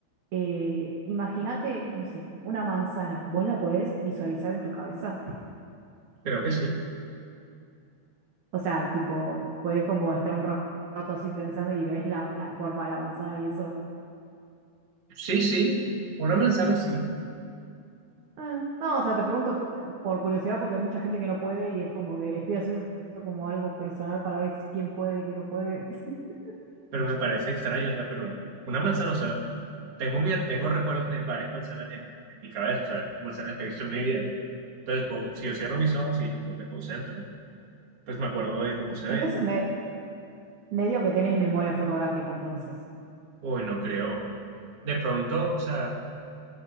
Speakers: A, on the right (about 55°); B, on the right (about 40°).
A: eh, imagínate, no sé, una manzana, ¿vos la podés visualizar en tu cabeza?
B: creo que sí.
A: O sea, tipo, podés como estar un ra- rato así pensando y ves la, la forma de la manzana y eso.
B: Sí, sí, una manzana sí.
A: Ah, No, o sea, te pregunto eh, por curiosidad porque hay mucha gente que no puede y es como que estoy haciendo como algo personal para ver si- quién puede, quién no puede. <laughs>
B: Pero me parece extraño, o sea, pero
A: Pero-
B: una manzana, o sea, tengo, mi, tengo recuerdos de varias manzanas en, en mi cabeza, o sea, manzanas que he visto en mi vida. Entonces, puedo- si yo cierro mis ojos y pues, me concentro, pues me acuerdo de cómo se
A: Entonces
B: ve.
A: me, me digo que tenés memoria fotográfica entonces.
B: Uy, no creo. De pronto, o sea,